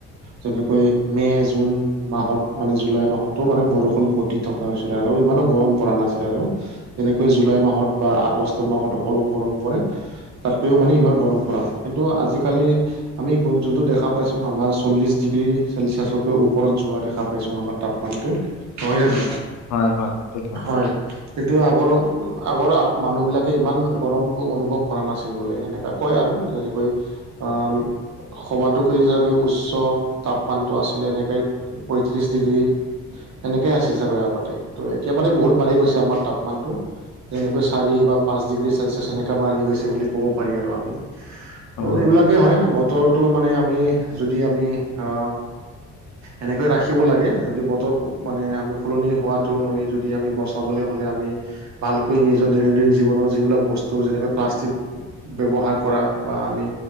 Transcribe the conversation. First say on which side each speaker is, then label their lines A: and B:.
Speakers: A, on the right (about 65°); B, on the left (about 75°).
A: যেনেকৈ মে' জুন মাহত মানে জুলাই মাহতো মানে বৰষুণ ঘটি থকা হৈছিলে, আৰু ইমানো গৰম পৰা নাছিলে আৰু। যেনেকৈ জুলাই মাহত বা আগষ্ট মাহত অলপ গৰম পৰে। তাতকৈও মানে ইমান গৰম পৰা নাছিলে, কিন্তু আজিকালি আমি যোনটো দেখা পাইছোঁ, আমাৰ চল্লিশ ডিগ্ৰী চেলচিয়াছতকৈ ওপৰত যোৱা দেখা পাইছো আমাৰ। তাপমানটো নহয় জানো
B: হয় হয় সেইটো
A: হয়। কিন্তু আগৰ- আগৰ মানুহবিলাকে ইমান গৰম অনুভৱ কৰা নাছিল বোলে এনেকুৱা। হয় আৰু তেনেকৈ আ সবাতোকে চাগৈ উচ্চ তাপমানটো আছিলে এনেকৈ পয়ত্ৰিশ ডিগ্ৰী। সেনেকে আছিল চাগৈ আগতে, ত' এতিয়া মানে বহুত বাঢ়ি গৈছে আমাৰ তাপমানতটো। যেনেকৈ চাৰি বা পাঁচ ডিগ্ৰী চেলচিয়াছ এনেকা বাঢ়ি গৈছে বুলি ক'ব পাৰি আৰু আমি। ত'
B: হয়
A: এইবিলাকেই হয়, বতৰটো মানে আমি যদি আমি আহ এনেকৈ ৰাখিব লাগে। যদি বতৰ মানে আমি সলনি হোৱাতটো আমি যদি আমি বচাবলৈ হ'লে আমি ভালকৈ নিজৰ দৈনন্দিন জীৱনৰ যিবিলাক বস্তু যেনেকৈ, প্লাষ্টিক ব্যৱহাৰ কৰা বা আমি